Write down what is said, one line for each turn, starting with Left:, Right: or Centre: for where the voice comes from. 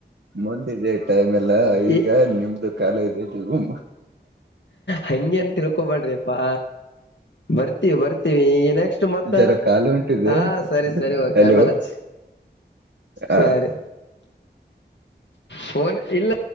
Right: ಮುಂದಿದೆ ಟೈಮ್ ಎಲ್ಲ ಈಗ
Left: ಈ
Right: ನಿಮ್ದು ಕಾಲ ಇದೆ ನೀವು
Left: ಹಂಗಗೆನ್ ತಿಳ್ಕೊಬಾಡ್ರಿ ಅಪ್ಪಾ ಬರ್ತೀವಿ ಬರ್ತೀವಿ ಈಗ ನೆಕ್ಸ್ಟ್ ಮತ್ತ
Right: ಜರ ಕಾಲು ಹೊಂಟಿದೆ
Left: ಹ ಸರಿ ಸರಿ
Right: ಹಲೋ
Left: ಕೆಮೇಲೆಚ್ಚ
Right: ಹ
Left: ಸರಿ ಫೋನ್ ಇಲ್ಲ